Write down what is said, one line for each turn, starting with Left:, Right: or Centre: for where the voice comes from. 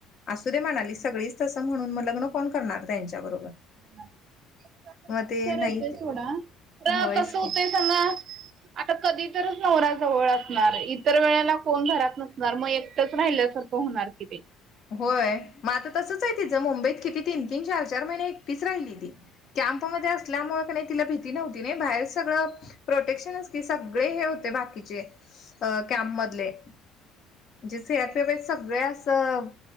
Left: असू देे म्हणाली सगळीच तसं म्हणून मग लग्न कोण करणार त्यांच्या बरोबर
Right: तस पण
Left: मग ते
Right: विचारायचंय
Left: नाही ते
Right: थोडा तर
Left: होयच
Right: तस होतय
Left: की
Right: सना आता कधी तरच नवरा्याजवळ असणार इतर वेळेला कोण घरात नसणार मग एकटंच राहिल्यासारखं होणार कि ते
Left: होय मग आता तसच आहे तिझं मुंबईत किती तीन तीन चार चार महिने एकटीच राहिली ती कॅम्प मध्ये असल्यामुळे नाही तिला भ ती नव्हती नाही बाहेर सगळं प्रोटेक्शन की सगळे हे होते बाकीचे अ कॅम्प मधले म्हणजे सी आरपी सगळ्या असं